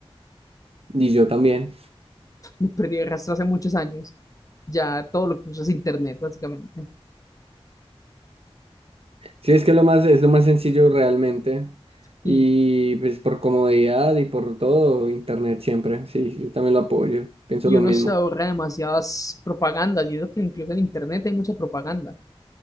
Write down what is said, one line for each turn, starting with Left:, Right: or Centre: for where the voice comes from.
Right: Y yo también.
Left: Me perdí el rastro hace muchos años. Ya todo lo que uso es internet, básicamente.
Right: Sí, es que lo más, es lo más sencillo realmente.
Left: Y
Right: Y pues por comodidad y por todo, internet siempre. Sí, yo también lo apoyo. Pienso
Left: y
Right: lo
Left: uno
Right: mismo.
Left: se ahorra demasiadas propagandas, y eso que incluso en internet hay mucha propaganda.